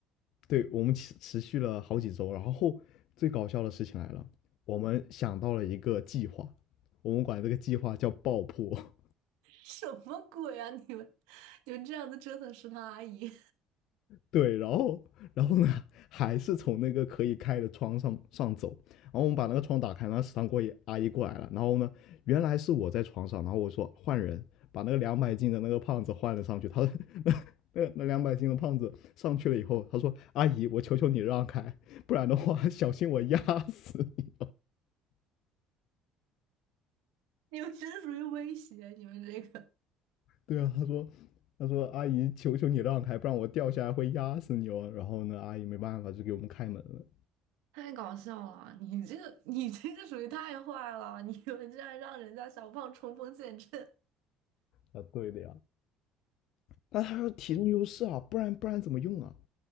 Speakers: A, on the left (about 65°); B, on the right (about 85°).
A: 对，我们持持续了好几周。然后最搞笑的事情来了，我们想到了一个计划，我们管这个计划叫爆破。
B: 什么鬼啊？你们你们这样子折腾食堂阿姨，
A: 对，然后，然后呢，还是从那个可以开的窗上上走，然后我们把那个窗打开，然后食堂过阿姨过来了，然后呢，原来是我在床上，然后我说换人，把那个两百斤的那个胖子换了上去，他那那那两百斤的胖子上去了以后，他说阿姨，我求求你让开，不然的话小心我压死你。
B: <laughs> 你们真的属于威胁，你们这个
A: 对啊，他说他说阿姨，求求你让开，不然我掉下来会压死你哦。然后呢，阿姨没办法，就给我们开门了。
B: 太搞笑了，你这个你这个属于太坏了，你们这然让人家小胖冲锋陷阵，
A: 啊，对的呀。那他说体重优势啊，不然不然怎么用啊？